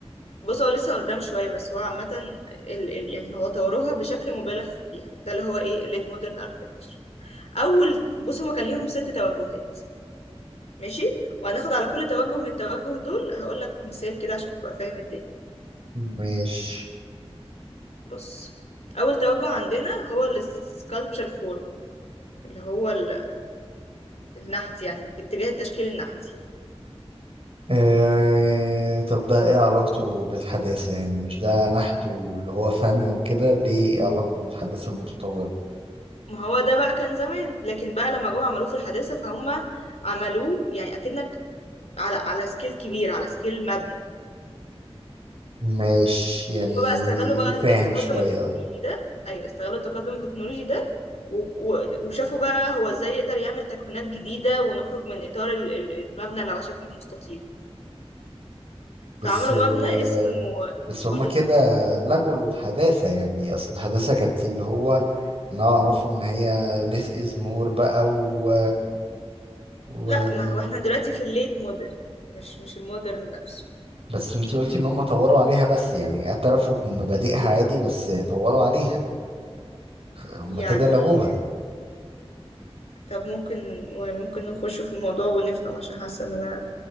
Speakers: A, on the left; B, on the right.
A: بص هو لسه قدام شوية بس هو عامة ال ال يعني هو طوروها بشكل مبالغ فيها ده اللي هو ايه الليت مودرن اركتكتشر أول بص هما كان ليهم ست توجهات ماشي وهناخد على كل توجه من التوجه دول هقول لك مثال كده عشان تبقى فاهم الدنيا
B: ماشي
A: بص اول توجه عندنا هو السكالبتشر فورم اللي هو ال- النحت يعني اتجاه التشكيل النحتي
B: إيه طب ده ايه علاقته بالحداثة يعني مش ده نحت واللي هو فن وكده ليه ايه علاقته بالحداثة المتطورة
A: ما هو ده بقى كان زمان لكن بقى لما جم عملوه في الحداثة فهم عملوه يعني اكنك على على سكيل كبير على سكيل مبنى
B: ماشي يعني
A: هم بقى استغلوا بقى
B: فاهم
A: التقدم
B: شوية
A: التكنولوجي ده ايوه استغلوا التقدم التكنولوجي ده و... و... وشافوا بقى هو ازاي يقدر يعمل تكوينات جديدة ونخرج من اطار ال... ال- المبنى اللي على شكل مستطيل فعملوا
B: بس آه،
A: مبنى اسمه
B: بس هما
A: قولي
B: كده لغوا الحداثة يعني أصل الحداثة كانت اللي هو لا اعرفه ان هي less is more بقى و... و...
A: لا ما هو احنا دلوقتي في الليت مودرن مش مش المودرن نفسه
B: بس انتي قلتي ان هم طوروا عليها بس يعني اعترفوا بمبادئها عادي بس طوروا عليها هم
A: يعني
B: كده لغوها
A: طب ممكن ممكن نخش في الموضوع ونفهم عشان حاسة ان انا